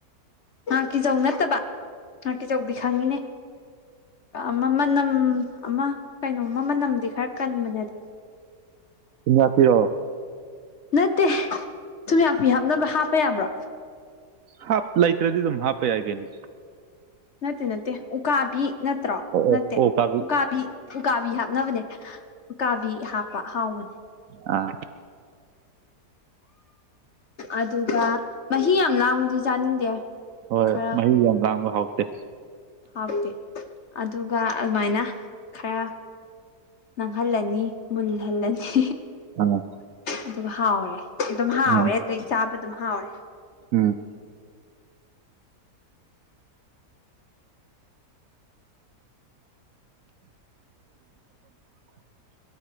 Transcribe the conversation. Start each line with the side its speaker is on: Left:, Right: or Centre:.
Left: ꯉꯥꯀꯤꯖꯧ ꯅꯠꯇꯕ ꯉꯥꯀꯤꯆꯧꯗꯤ ꯈꯪꯉꯤꯅꯦ ꯑꯃ ꯃꯅꯝ ꯑꯃ ꯀꯩꯅꯣꯝꯃ ꯃꯅꯝꯗꯤ ꯈꯔ ꯀꯟꯕꯅꯦ ꯑꯗꯣ
Right: ꯊꯨꯝ ꯌꯥꯛꯄꯤꯔꯣ
Left: ꯅꯠꯇꯦ ꯊꯨꯝꯌꯥꯛꯄꯤ ꯍꯥꯞꯅꯕ ꯍꯥꯞꯄ ꯌꯥꯕ꯭ꯔꯣ
Right: ꯍꯥꯞ ꯂꯩꯇ꯭ꯔꯗꯤ ꯑꯗꯨꯝ ꯍꯥꯄ ꯌꯥꯏ ꯀꯩꯅꯣ
Left: ꯅꯠꯇꯦ ꯅꯠꯇꯦ ꯎꯀꯥꯕꯤ ꯅꯠꯇ꯭ꯔꯣ
Right: ꯑꯣ ꯑꯣ
Left: ꯅꯠꯇꯦ
Right: ꯑꯣ ꯀꯥꯕꯤ
Left: ꯎꯀꯥ ꯕꯤ ꯎꯀꯥꯕꯤ ꯍꯥꯞꯅꯕꯅꯦ ꯎꯀꯥꯕꯤ ꯍꯥꯞꯄ ꯍꯥꯎꯕꯅꯦ
Right: ꯑꯥ
Left: ꯑꯗꯨꯒ ꯃꯍꯤ ꯌꯥꯝ ꯂꯥꯡꯕꯗꯤ ꯆꯥꯅꯤꯡꯗꯦ
Right: ꯍꯣꯏ
Left: ꯈꯔ
Right: ꯃꯍꯤ ꯌꯥꯝ ꯂꯥꯡꯕ ꯍꯥꯎꯇꯦ
Left: ꯍꯥꯎꯇꯦ ꯑꯗꯨꯒ ꯑꯗꯨꯃꯥꯏꯅ ꯈꯔ ꯅꯥꯡꯍꯜꯂꯅꯤ ꯃꯨꯜꯍꯜꯂꯅꯤ
Right: ꯎꯝ
Left: ꯑꯗꯨꯒ ꯍꯥꯎꯔꯦ ꯑꯗꯨꯝ ꯍꯥꯎꯔꯦ
Right: ꯎꯝ
Left: ꯑꯗꯨꯗꯒꯤ ꯆꯥꯕ ꯑꯗꯨꯝ ꯍꯥꯎꯔꯦ
Right: ꯎꯝ <unintelligible>